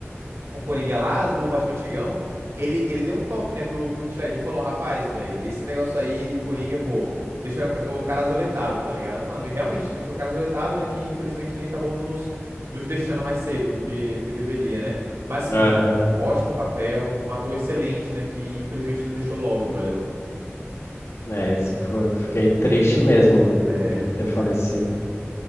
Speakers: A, on the right (about 80°); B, on the left (about 70°).
A: o Coringa lá do Batman Antigão, ele, ele deu um toque, né, pro, pro Heath Ledger. Ele Falou, rapaz, velho, esse negócio aí de Coringa, pô, deixa o cara azoretado, tá ligado, mano? E realmente deixou o cara azoretado, né, que infelizmente ele acabou nos, nos deixando mais cedo do que, do que deveria, né? Mas, assim,
B: Aham.
A: ótimo papel, um ator excelente, né, que infelizmente nos deixou logo, velho.
B: É, esse foi, fiquei triste mesmo do,
A: É...
B: dele ter falecido.